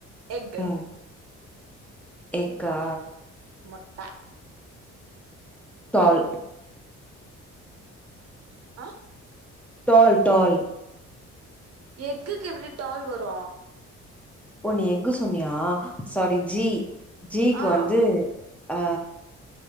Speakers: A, on the right; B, in the centre.
A: எக்கு
B: ம் எக்கா
A: முட்ட
B: தால்
A: ஆ
B: டால் டால்
A: எக்குக்கு எப்டி டால் வரு
B: ஓ நீ எக்கு சொன்னியா சாரி ஜி ஜிக்கு
A: ஆ
B: வந்து ஆ